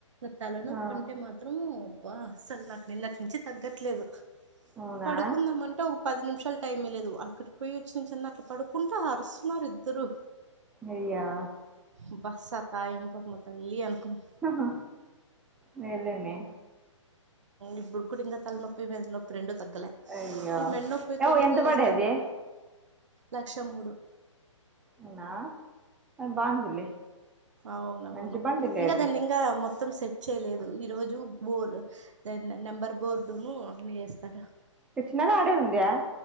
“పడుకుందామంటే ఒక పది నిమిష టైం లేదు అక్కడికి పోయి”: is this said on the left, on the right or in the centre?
Right